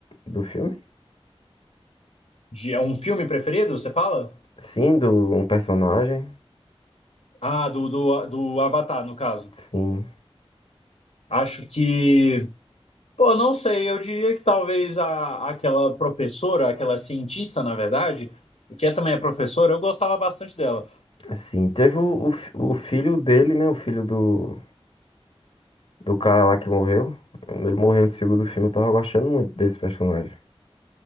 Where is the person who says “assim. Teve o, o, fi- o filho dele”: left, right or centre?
Left